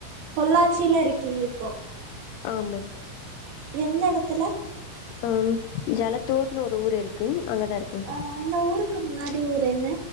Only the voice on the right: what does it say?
பொள்ளாச்சில இருக்கீங்க இப்போ
எந்த எடத்துல
அ அந்த ஊருக்கு முன்னாடி ஊர் என்ன